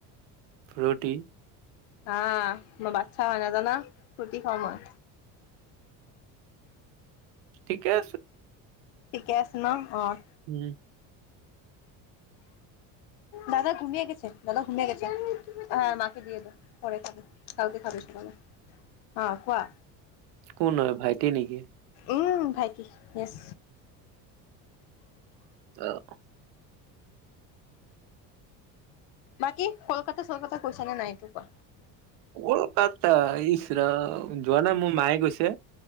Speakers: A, on the right (about 80°); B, on the left (about 80°).
A: ফ্ৰুটি?
B: অঁ, মই বাচ্ছা হয় নাজানা? ফ্ৰূতি খাওঁ মই।
A: ঠিকে আছে।
B: ঠিকে আছে ন? অঁ।
A: উম।
B: দাদা ঘুমে গেছে দাদা ঘুমে গেছে হ মাকে দিয়ে দেও পৰে খাবে কালকে খাবে সকালে অঁ, কোৱা।
A: কোন হয় ভাইটি নেকি?
B: উম ভাইটি য়েছ।
A: অ'।
B: বাকী কলকাতা চলকাতা গৈছা নে নাই এইটো কোৱা।
A: কলকাতা ইছ ৰাম যোৱা নাই মোৰ মায়ে গৈছে